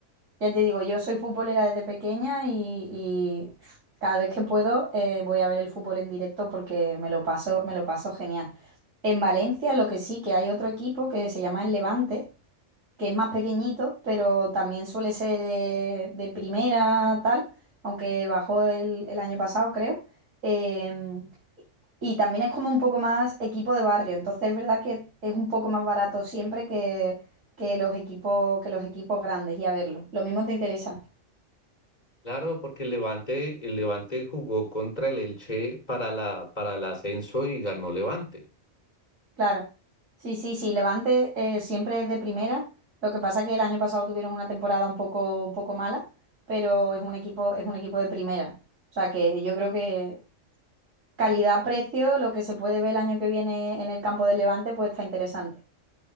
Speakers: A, on the right; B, on the left.
A: Ya te digo, yo soy futbolera desde pequeña y, y cada vez que puedo eh, voy a ver el fútbol en directo porque me lo paso, me lo paso genial. En Valencia lo que sí, que hay otro equipo que se llama el Levante, que es más pequeñito, pero también suele ser de, de primera tal, aunque bajó el, el año pasado, creo. Em, y también es como un poco más equipo de barrio, entonces es verdad que es un poco más barato siempre que, que los equipos, que los equipos grandes y a verlo. Lo mismo te interesa.
B: Claro, porque el Levante, el Levante jugó contra el Elche para la, para el ascenso y ganó Levante.
A: Claro, sí, sí, sí, Levante eh, siempre es de primera. Lo que pasa que el año pasado tuvieron una temporada un poco, un poco mala, pero es un equipo, es un equipo de primera. O sea que yo creo que calidad-precio, lo que se puede ver el año que viene en el campo del Levante, pues está interesante.